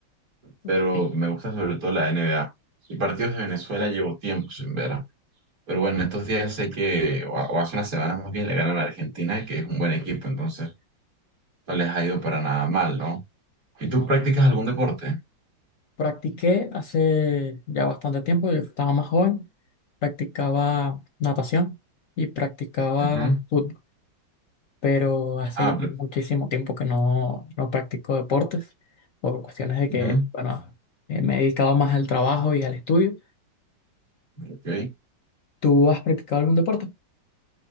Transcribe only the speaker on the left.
ok.
No,
no.
Practiqué hace ya bastante tiempo, yo estaba más joven. Practicaba natación y practicaba
fútbol, pero hace
ya
muchísimo tiempo que no, no practico deportes por cuestiones de
que, bueno, eh, me he dedicado más al trabajo y al estudio.
¿Tú has practicado algún deporte?